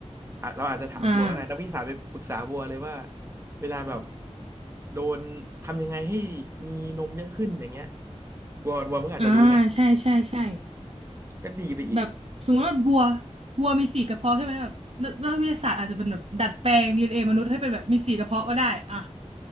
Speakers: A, on the right (about 20°); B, on the right (about 60°).
A: อาจเราอาจจะถามวัวก็ได้นักวิทยาศาสตร์ไปปรึกษาวัวเลยว่า
B: อ่า
A: เวลาแบบโดนทำยังไงให้มีนมเยอะขึ้นอย่างเงี้ยวัววัวมันก็อาจจะรู้ไง
B: อ่า ใช่ใช่ใช่
A: ก็ดีไปอีก
B: แบบสมมติว่าบัวบัวมีสี่กระเพาะใช่ไหมแบบนักนักวิทยาศาสตร์อาจจะเป็นแบบดัดแปลงดีเอ็นเอมนุษย์ให้เป็นแบบมีสี่กระเพาะก็ได้อ่ะ